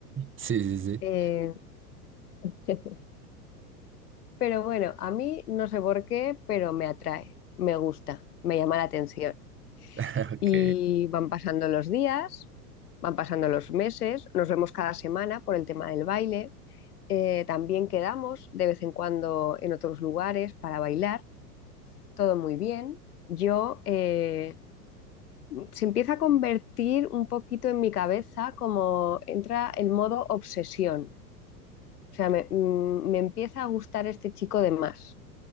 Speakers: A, on the right; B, on the left.
A: Sí, sí, sí.
B: eh, <laughs> Pero bueno, a mí no sé por qué, pero me atrae, me gusta, me llama la atención.
A: Ok,
B: Y van pasando los días, van pasando los meses, nos vemos cada semana por el tema del baile. Eh, también quedamos de vez en cuando en otros lugares para bailar, todo muy bien. Yo eh, se empieza a convertir un poquito en mi cabeza como entra el modo obsesión. O sea, me, mm, me empieza a gustar este chico de más.